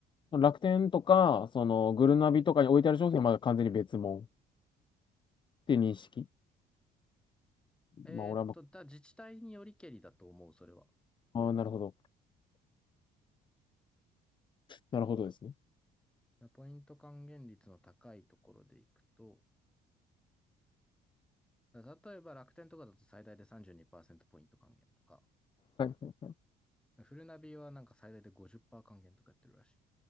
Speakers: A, on the left (about 30°); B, in the centre.
A: の、楽天とか、その、グルナビとかに置いてある商品はまだ完全に別物っていう認識。
B: えーっと、
A: まあ、俺はま
B: だ、自治体によりけりだと思う、それは。
A: あ、あーなるほど。なるほどですね。
B: だポイント還元率の高いところでいくと、だ例えば楽天とかだと最大で32%ポイント還元とか、
A: はい。
B: フルナビはなんか最大で50%還元とかやってるらしい。